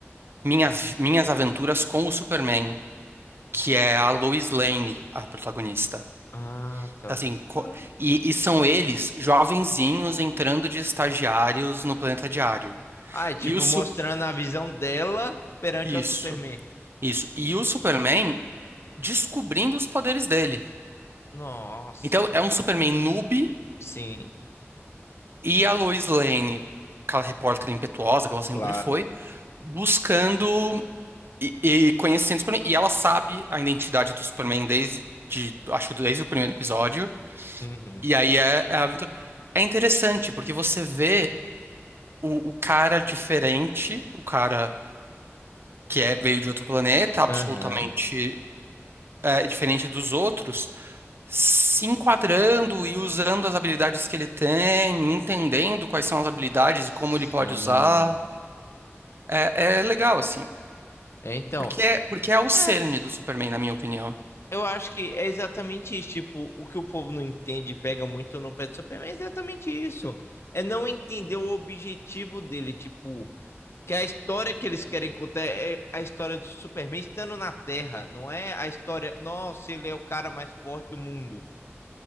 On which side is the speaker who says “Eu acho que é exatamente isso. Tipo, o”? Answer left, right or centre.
Left